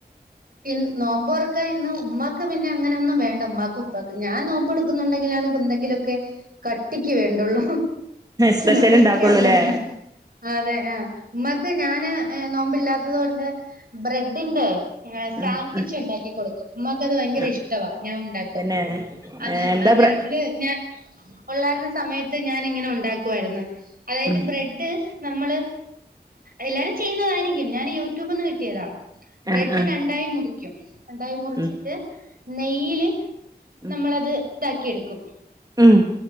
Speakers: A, on the right; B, on the right.
A: ഇന്ന് നോമ്പർക്കാൻ ഇന്ന് ഉമ്മാക്ക് പിന്നെ അങ്ങനെ ഒന്നും വേണ്ട ഉമ്മാക്കും പ്പാക് ഞാൻ നോമ്പ്എടുക്കുന്നുണ്ടെങ്കിലാണ് എന്തെങ്കിലോക്കെ ക കട്ടിക്ക് വേണ്ടുള്ളൂ
B: സ്പെഷ്യൽ
A: നമ്മുക്കൊക്കെയാണല്ലോ
B: ഇണ്ടാക്കുള്ളൂല്ലേ
A: അതെ ആ ഉമ്മാക്ക് ഞാന് നോമ്പില്ലാത്തത് കൊണ്ട് ബ്രെഡിന്റെ ഏഹ് സാൻവിച്
B: ഉം ഉം
A: ഉണ്ടാക്കി കൊടുക്കും ഉമ്മാക്ക് അത് ഭയങ്കര
B: ആ
A: ഇഷ്ടവാ ഞാൻ ഉണ്ടാക്കും
B: തന്നെ
A: അത്
B: എന്താ
A: ഗൾഫില്
B: പ്ര
A: ഞാൻ ഉള്ളായിരുന്ന സമയത്ത് ഞാൻ ഇങ്ങനെ ഉണ്ടാക്കുവായിരുന്നു അതായത്
B: ഉം
A: ബ്രെഡ് നമ്മള് എല്ലാരും ചെയ്യുന്നതായിരിക്കും ഞാൻ യൂട്യൂബ്ന്ന് കിട്ടിയതാ ബ്രെഡ്
B: ആ ആ
A: രണ്ടായി മുറിക്കും രണ്ടായി മുറിച്ചിട്ട്
B: ഉം
A: നെയ്യിൽ
B: ഉം
A: നമ്മളത് ഇതാക്കി എടുക്കും
B: ഉം